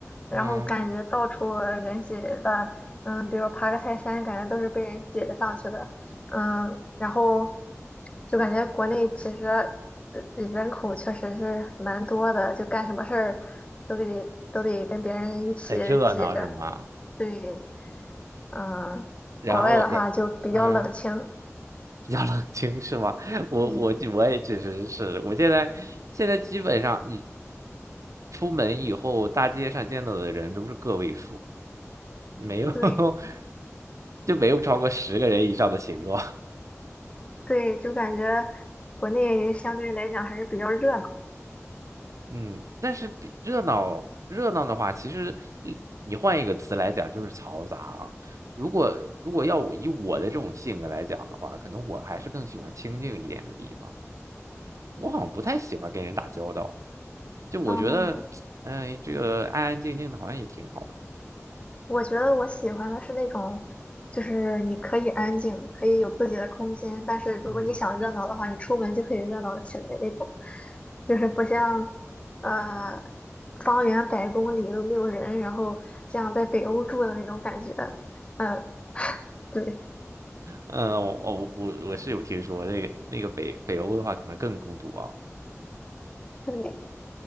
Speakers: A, on the left; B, on the right.
A: 然后感觉到处人挤人的，
B: 嗯，
A: 嗯，比如爬个泰山，感觉都是被人挤着上去的，嗯，然后就感觉国内其实呃人口确实是蛮多的，就干什么事儿都得都得跟别人一起挤着，
B: 很热闹是吗？
A: 对，嗯，
B: 然后，
A: 国外的话就比较冷清，
B: 然嗯，比较冷清是吗？<laughs> 我我我也确实是，
A: 嗯，
B: 我现在现在基本上你出门以后，大街上见到的人都是个位数。没有
A: 对
B: <laughs> 就没有超过十个人以上的行作。
A: 对，就感觉国内相对来讲还是比较热闹。
B: 嗯，但是比热闹热闹的话，其实你你换一个词来讲就是嘈杂啊。如果如果要我以我的这种性格来讲的话，可能我还是更喜欢清静一点的地方。我好像不太喜欢跟人打交道，就我觉得，
A: 嗯，
B: 哎，这个安安静静的好像也挺好的。
A: 我觉得我喜欢的是那种，就是你可以安静，可以有自己的空间，但是如果你想热闹的话，
B: 嗯，
A: 你出门就可以热闹起来那种，就是不像，呃，方圆百公里都没有人，然后像在北欧住的那种感觉。嗯，<laughs> 对
B: 呃，我我我我是有听说那个那个北北欧的话，可能更孤独啊。
A: 对，